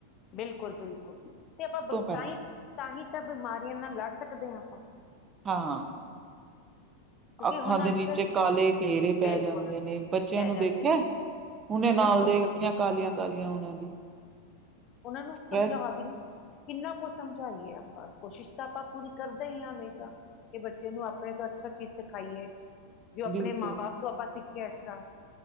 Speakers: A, on the left; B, on the right.
A: ਬਿਲਕੁਲ ਬਿਲਕੁਲ ਤੇ ਆਪਾਂ
B: ਪਹਿਲਾਂ
A: ਤਾਂਹੀ ਤਾਂਹੀ ਤਾਂ ਬਿਮਾਰੀਆਂ ਨਾਲ ਲੜ ਸਕਦੇ ਹਾਂ ਆਪਾਂ
B: ਹਾਂ
A: ਕਿਉਂਕਿ
B: ਅੱਖਾਂ
A: ਹੁਣ
B: ਦੇ
A: ਅੱਜ
B: ਨੀਚੇ
A: ਕੱਲ
B: ਕਾਲੇ ਘੇਰੇ ਪੈ
A: ਬਿਲਕੁਲ
B: ਜਾਂਦੇ ਨੇ ਬੱਚਿਆਂ
A: ਪੈ
B: ਨੂੰ
A: ਜਾਂਦੇ
B: ਦੇਖਿਆ
A: ਨੇ
B: ਹੁਨੇ ਨਾਲ
A: ਬਿਲਕੁਲ
B: ਦੇ ਅੱਖਾਂ ਕਾਲੀਆਂ ਗਾਲੀਆਂ ਉਹਨਾਂ ਦੀ <unintelligible>
A: ਉਹਨਾਂ ਨੂੰ
B: ਸਟਰੈਸ
A: ਸਮਝਾ ਵੀ ਨੀ ਕਿੰਨਾ ਕੁਛ ਸਮਝਾਈਏ ਆਪਾਂ ਬ ਕੋਸ਼ਿਸ਼ ਤਾਂ ਆਪਾਂ ਪੂਰੀ ਕਰਦਾ ਹੀ ਹਾ ਹਮੇਸ਼ਾ ਕਿ ਬੱਚੇ ਨੂੰ ਆਪਣੇ ਤੋਂ ਅੱਛਾ ਚੀਜ਼ ਸਿਖਾਈਏ ਜੋ ਆਪਣੇ
B: ਬਿਲਕੁਲ
A: ਮਾਂ ਬਾਪ ਤੋਂ ਆਪਾਂ ਸਿੱਖਿਆ ਅੱਛਾ।